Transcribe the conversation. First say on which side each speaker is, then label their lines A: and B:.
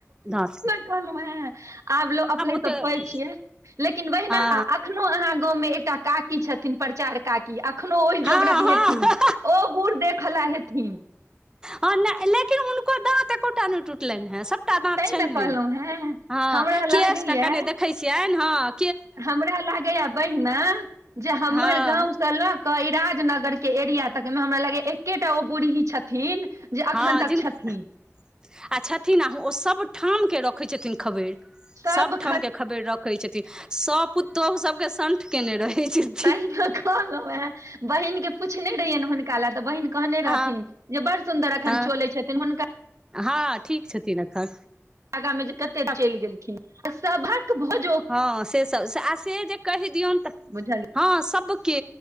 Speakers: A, on the right; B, on the right.
A: दाँत के
B: कहलुं हैं आब लोक अपने
A: ओतेक
B: सब कहै छियै लेकिन बहिना
A: हँ
B: अख अखनो अहाँ गाँवमे एकटा काकी छथिन प्रचार काकी अखनो ओहि
A: हँ
B: जोगरक
A: हँ
B: हेथिन ओ बुढ़ देखला हेथिन
A: ह न लेकिन हुनको दाँत एकोटा नहि टूटलनि हैं सब टा दाँत
B: तैं
A: छैन्हे
B: ने कहलहुँ हेँ
A: हँ
B: हमरा
A: केश
B: लागैया
A: टा कनि देखै छियैन हं
B: हमरा लागैया बहिना जे हमर
A: हँ
B: गाँव स लऽ क ई राजनगर के एरिया तक मे हमरा लगैया एकेटा ओ बूढ़ी छथिन जे अखन
A: हँ जिनका
B: तक छथिन
A: आ छथिन आ ओ सभ ठामके रखैत छथिन खबैर
B: सब
A: सबठाम के खबर रखै छथिन सब पुतोहु सबके संठ केने रहै छथिन
B: ताहि ना कहलहुँ हैं बहिन के पुछने रहियैनि हुनका लए तऽ बहिन कहने
A: हँ
B: रहथिन जे बड़ सुन्दर अखन
A: हँ
B: चलै छथिन हुनका
A: हँ ठीक छथिन अखन
B: आगा मे जे कते चलि गेलखिन आ सब भक भ
A: हँ से सब स आ से जे कहि दियौन त
B: बुझलियै
A: हँ सब के